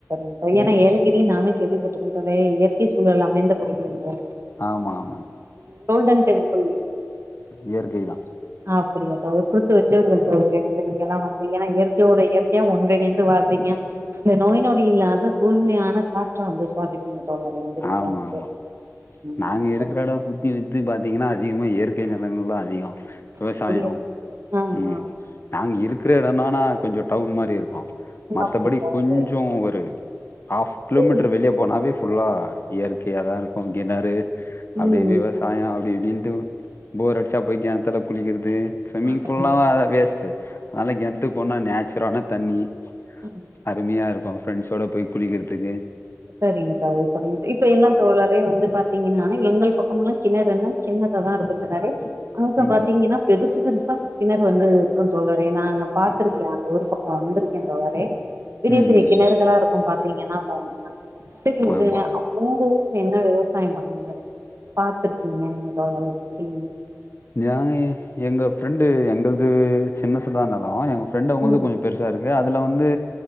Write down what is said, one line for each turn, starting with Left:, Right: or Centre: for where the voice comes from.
Right: ஏ பையன
Left: ம்
Right: ஏலகிரி நானு கேள்விப்பட்டுருக்கே தோழர் இயற்கைச் சூழல் அமைந்த பகுதி என்று
Left: ஆமாம்
Right: கோல்டன் டெம்பில்
Left: இயற்கை தா
Right: அப்படி குடுத்து வ <unintelligible> <unintelligible> தோழர் எங்க இங்கெல்லா வந்து ஏன்னா இயற்கையோட இயற்கையா ஒன்றிணைந்து வாழ்றீங்க இந்த நோய் நொடி இல்லாத தூய்மையான காற்ற வந்து சுவாசிப்பீங்க தோழரே வந்து நீங்கல்லா
Left: ஆமா
Right: வந்து
Left: ஆமா
Right: ம்
Left: நாங்க இருக்கிற
Right: சரி
Left: எட சுத் சுத்திக்கித்தி பாத்திங்கன்னா அதிகமாக இயற்கை நெலங்கள் தா அதிக
Right: அப்படியா
Left: விவசாய
Right: தோழரே ஆ
Left: ம்
Right: ஆ
Left: நாங் இருக்கு பெரிய எடமானா கொஞ்சொ டவுன் மாரி இருக்கு
Right: ஆ
Left: மத்தபடி
Right: அப்படியா தோழரே
Left: கொஞ்சோ ஒரு ஹாஃப் கிலோமீட்டர்
Right: சரி
Left: வெளியே போனாவே புல்லா இயற்கையா தா இருக்கு கிணறு
Right: ம்
Left: அப்டியே விவசாய அப்டி இப்டின்னு ம் போர் அடிச்சா போய் கெணத்துல குளிக்கிறது ஸ்வம்மிங்
Right: சரிங்க
Left: ஃபுல்லா வேஸ்ட் <unintelligible> த்து போனா நேச்சுரான தண்ணி
Right: ம்
Left: அருமையாருக்கு ஃப்ரெண்ட்ஸ்ஸோட போய் குளிக்கிறத்துக்கு
Right: சரிங்க தோழர் <unintelligible> இப்ப எல்லா தோழரே வந்து பாத்தீங்கன்னா எங்கள் பக்கமெல்லா கிணறுன்னா சின்னதா தா இருக்கு கொஞ்சோ <unintelligible> அங்கங்க
Left: ம்
Right: பாத்தீங்கன்னா பெதுசு பெருசா பின்னாடி வந்து இருக்கு தோழர் அது நானு பாத்துருக்கே
Left: ஆ
Right: அந்த ஒரு பக் வந்துருக்கே தோழரே பெரிய
Left: ம்
Right: பெரிய
Left: ம்
Right: கிணறுகளா
Left: ம்
Right: இருக்கு பாத் தீங்கனா போவு செரிங்க செர
Left: ஆமா
Right: கொஞ்சங்க
Left: ஆமா
Right: உங்க ஊர் ஊர்ல என்ன விவசாயம் பண்ணுணீங்க பாத்துருக்கீங்க நீங்க தோழரே சொல்லுங்க
Left: ஏ எங்க ஃப்ரெண்டு எங்களது சின்னசுதா நெலோ எங்க ஃப்ரெண்ட் அவங்கள்து
Right: ம்
Left: கொஞ்சோ பெருசா இருக்கு ஏ அதுல வந்து